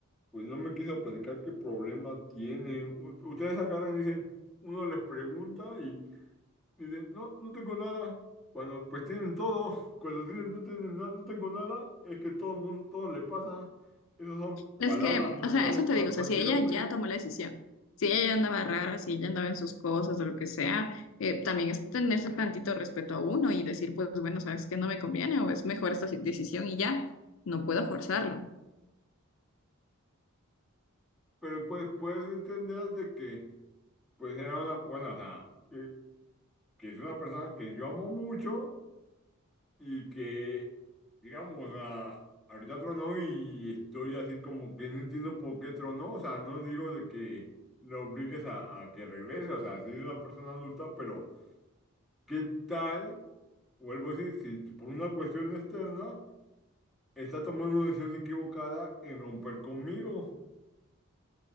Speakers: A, in the centre; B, on the left.
A: Pues no me quiso platicar qué problema tiene. U- Ustedes agarran y dicen, uno les pregunta y dicen, no, no tengo nada. Cuando pues tienen todo, <laughs> cuando dicen no tienen na- no tengo nada, es que todo el mundo, todo le pasa. Esas son
B: Es
A: palabras
B: que,
A: mortales
B: o sea, eso te
A: para
B: digo, o
A: cualquier
B: sea, si ella
A: hombre.
B: ya tomó la decisión, si ella ya andaba rara, si ella andaba en sus cosas o lo que sea, eh, también es tenerse tantito respeto a uno y decir, pues bueno, sabes que no me conviene o es mejor esta si- decisión y ya, no puedo forzarlo.
A: Pero pues puedes entender de que pues era una, bueno, o sea, que, que es una persona que yo amo mucho y que, digamos, o sea, ahorita tronó y estoy así como que no entiendo por qué tronó, o sea, no digo de que lo obligues a, a que regrese, o sea, si es una persona adulta, pero ¿qué tal? Vuelvo a decir, si por una cuestión externa está tomando una decisión equivocada en romper conmigo,